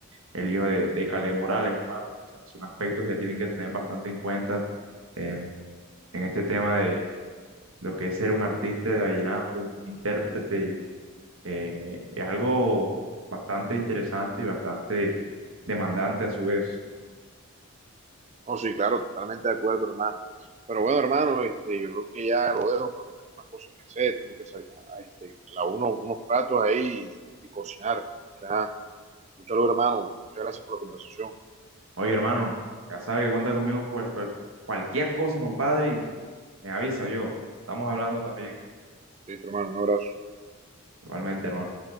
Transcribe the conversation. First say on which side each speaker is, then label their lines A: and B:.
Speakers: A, on the right; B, on the right.
A: el hijo de, de Caleb Morales, hermano. O sea, son aspectos que tienen que tener bastante en cuenta eh, en este tema de lo que es ser un artista de vallenato, un intérprete. y, eh, es algo bastante interesante y bastante demandante a su vez.
B: No, sí, claro, totalmente de acuerdo, hermano. Pero bueno, hermano, este, yo creo que ya lo dejo porque tengo unas cosas que hacer, tengo que sacar este, la uno, unos platos ahí y, cocinar. O sea, un saludo, hermano. Muchas gracias por la conversación.
A: Oye, hermano, ya sabe que cuenta conmigo por cual- cualquier cosa, compadre, y me avisa yo. Estamos hablando también.
B: Listo, hermano, un abrazo.
A: Igualmente, hermano.